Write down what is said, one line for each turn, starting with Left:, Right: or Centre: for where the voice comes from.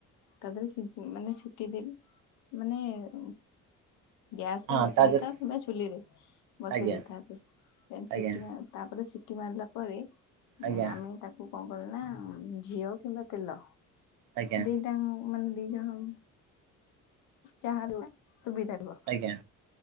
Left: ତାପରେ ସିଜେଇ ମାନେ ସିଟି ଦେବି। ମାନେ- ଗ୍ୟାସ
Right: ହଁ
Left: ରେ ବସେଇ
Right: ତା
Left: ଦେଇଥାଅ
Right: ଦେହରେ
Left: କିମ୍ବା ଚୁଲି ରେ ବସେଇ
Right: ଆଜ୍ଞା
Left: ଦେଇଥାନ୍ତୁ କି। ସିଟି
Right: ଆଜ୍ଞା
Left: ମା ତାପରେ ସିଟି ମାରିଲା ପରେ
Right: ଆଜ୍ଞା
Left: ଆମେ ତାକୁ। କଣ କରିବ ନା ଘିଅ କିମ୍ବା ତେଲ
Right: ଆଜ୍ଞା
Left: ଦିଟା ମାନେ ଦି ଜଣ। ଯାହା ହେଲେ ସୁବିଧା ରୁହ।
Right: ଆଜ୍ଞା